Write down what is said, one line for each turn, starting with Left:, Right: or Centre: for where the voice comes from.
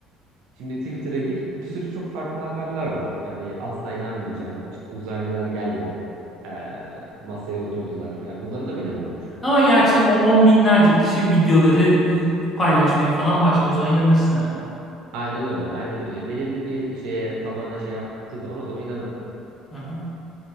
Right: şimdi Twitter'a gir bir sürü çok farklı haberler var. Yani asla inanmayacağın işte uzaylılar geldi. e, masaya oturdular falan. Bunlara da mı inanalım şimdi?
Left: Ama gerçi o on binlerce kişi videoları paylaşmaya falan başlar. O zaman inanırsın herhalde.
Right: Aynen öyle. Aynen öyle. Belirli bir şeye tabana şey yaptığı zaman o zaman inanırım.
Left: Aha.